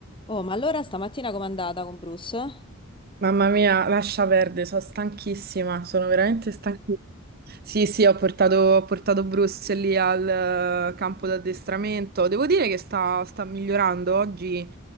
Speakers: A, on the left; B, on the right.
A: Oh, ma allora stamattina com'è andata con Bruce?
B: Mamma mia, lascia perdere, sono stanchissima, sono veramente stanchissima. Sì, sì, ho portato, ho portato Bruce lì al eh, campo d'addestramento. Devo dire che sta, sta migliorando oggi